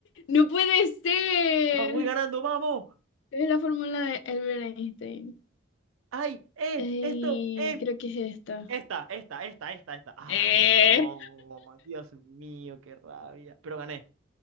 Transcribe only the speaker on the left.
No puede ser.
Es la fórmula de Albert Einstein.
Ey,
creo que es esta.
Eh.